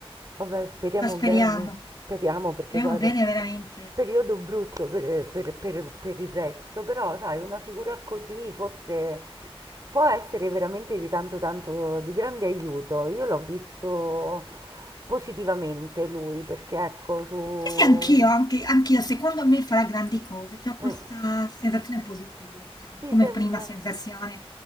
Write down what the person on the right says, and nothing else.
Vabbè, speriamo
bene, speriamo perché
guarda,
periodo brutto per, per- per- per il resto, però sai, una figura così forse può essere veramente di tanto tanto di grande aiuto. Io l'ho visto positivamente lui, perché ecco, su...
Mm,
sì,
sembra...